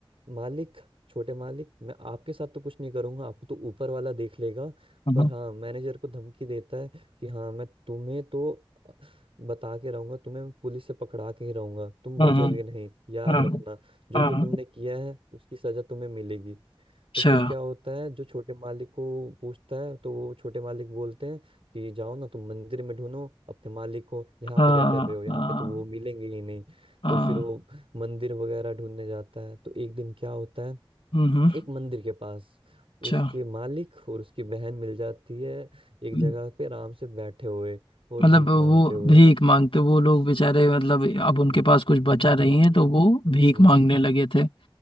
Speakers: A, on the right (about 80°); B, on the left (about 65°).
A: मालिक छोटे मालिक मैं आपके साथ तो कुछ नहीं करूंगा आपको तो ऊपर वाला देख लेगा
B: हम्म
A: पर
B: हम्म
A: हाँ मैनेजर को धमकी देता है कि हाँ मैं तुम्हें तो अ, बता के रहूंगा तुम्हें मैं पुलिस से पकड़ा के ही रहूंगा तुम
B: हम्म,
A: बचोगे
B: हम्म, हम्म,
A: नहीं याद
B: हाँ
A: रखना जो
B: हाँ
A: जो
B: हाँ,
A: तुमने किया है उसकी सजा तुम्हें मिलेगी
B: अच्छा
A: तो फिर क्या होता है जो छोटे मालिक को पूछता है तो वो छोटे मालिक बोलते हैं कि जाओ ना तुम मंदिर में ढूंढो अपने मालिक को यहाँ
B: हाँ
A: पे क्या कर रहे हो यहाँ
B: हाँ
A: पे तो वो मिलेंगे ही नहीं
B: हाँ,
A: तो फिर वो मंदिर वगैरह ढूंढने जाता है तो एक दिन क्या होता है
B: हम्म हम्म,
A: एक मंदिर के पास
B: अच्छा
A: उसके मालिक और उसकी बहन मिल जाती है एक
B: हम्म,
A: जगह पे आराम से बैठे हुए और
B: मतलब
A: भीख
B: वो
A: मांगते हुए
B: भीख मांगते वो लोग बेचारे मतलब अब
A: हम्म
B: उनके पास कुछ बचा
A: हम्म
B: नहीं है तो वो
A: हम्म,
B: भीख मांगने लगे थे